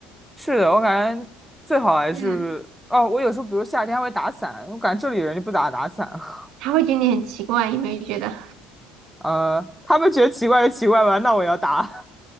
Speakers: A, in the centre; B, on the right (about 65°).
A: 是的，我感觉最好还是，
B: 嗯，
A: 哦，我有时候比如夏天还会打伞，我感觉这里人就不咋打伞。<laughs>
B: 他会觉得你很奇怪，有没有觉得？
A: 呃，他们觉得奇怪就奇怪吧，那我要打。